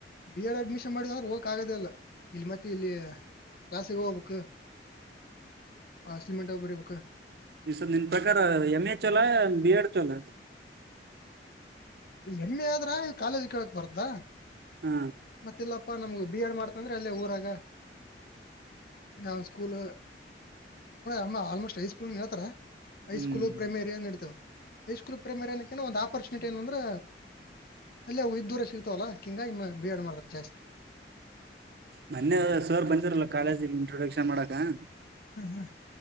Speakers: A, on the left (about 55°); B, on the right (about 60°).
A: ಬಿ ಎಡ್ ಅಡ್ಮಿಷನ್ ಮಾಡ. ಹೋಗಕ ಆಗದ ಅಲ್ಲ ಇಲ್ಲಿ ಮತ್ತೆ ಇಲ್ಲಿ ಕ್ಲಾಸಿಗ್ ಹೋಗ್ಬೇಕಾ ಅಸೈನ್ ಮೆಂಟ್ ಬರಿಬೇಕ
B: ಈ ಸರ್ ನಿನ್ ಪ್ರಕಾರ ಎಮ್ ಎ ಚಲೋ ಬಿ ಎಡ್ ಚಲೋ <inaudible>
A: ಎಂ ಎ ಆದ್ರ ಆ <unintelligible> ಕಾಲೇಜ್ ಕೇಳಕ್ ಬರ್ದಾ
B: ಹಾ
A: ಮತ್ತೆ ಇಲ್ಲಪ್ಪಾ ನಮಗ ಬಿ ಎಡ್ ಮಾಡ್ತ ಅಂದ್ರೆ ಅಲ್ಲೇ ವು ಊರಾಗ ಆ ಸ್ಕೂಲ್ ಅಮ್ಮ ಆಲ್ಮೋಸ್ಟ್ ಐ ಸ್ಕೂಲ್ ಹೇಳ್ತಾರ <unintelligible> ಹೈಸ್ಕೂಲ್
B: ಹ್ಮ್
A: ಪ್ರೈಮೇರಿಯ ನಡೀತಾವ ಹೈಸ್ಕೂಲ್ ಪ್ರೈಮೇರಿಯ ಒಂದು ಆಪರ್ಚು ಏನ ಅಂದ್ರೆ ಅಲ್ಲಿೇ ಇದ್ದೂರ ಸಿಗ್ತಾವಲ್ಲಾ ಕಿಂಗಾಗಿ ಇಮ್ಮ ಬಿ ಎಡ್ ಮಾಡ್ತಾರ ಜಾಸ್ತಿ
B: ಮನ್ನೆ ಸರ್ ಬಂದಿರಲ್ಲ ಕಾಲೇಜಿಗೆ ಇಂಟ್ರೊಡಕ್ಷನ್ ಮಾಡಕ್ ಹ <inaudible>
A: ಹಾ ಹಾ